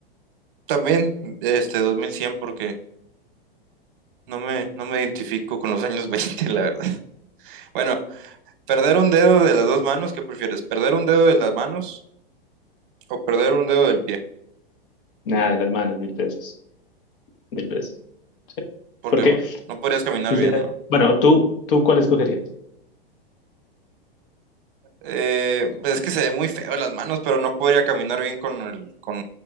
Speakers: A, on the right; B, on the left.
A: También, este, dos mil cien porque No me, no me identifico con los años <laughs> veinte la verdad. Bueno, perder un dedo de las dos manos, ¿qué prefieres? ¿Perder un dedo de las manos o perder un dedo del pie?
B: Nada, de las manos, mil veces. Mil veces. Sí.
A: ¿Por
B: Porque
A: qué? Porque no podrías caminar
B: el
A: bien,
B: de...
A: ¿no?
B: Bueno, ¿tú, tú cuál escogerías?
A: Eh, pues es que se ve muy feo las manos, pero no podría caminar bien con el, con,